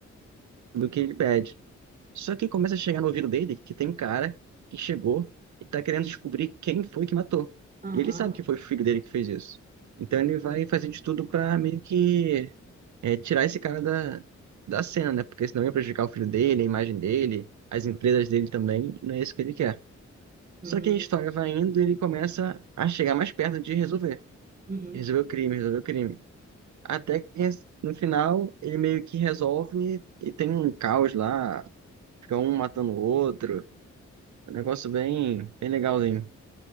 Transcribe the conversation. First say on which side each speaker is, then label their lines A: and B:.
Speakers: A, on the right; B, on the right.
A: tudo o que ele pede. Só que começa a chegar no ouvido dele que tem um cara que chegou e tá querendo descobrir quem foi que matou.
B: Aham.
A: E ele sabe que foi o filho dele que fez isso. Então
B: Hum,
A: ele vai fazer de tudo pra meio que é, tirar esse cara da, da cena, né? Porque senão ia prejudicar o filho dele, a imagem dele, as empresas dele também. e Não é isso que ele quer.
B: hum,
A: Só que a história vai indo e ele começa a chegar mais perto de resolver.
B: uhum.
A: Resolver o crime, resolver o crime. Até que no final ele meio que resolve e tem um caos lá. Fica um matando o outro. É um negócio bem, bem legalzinho. Não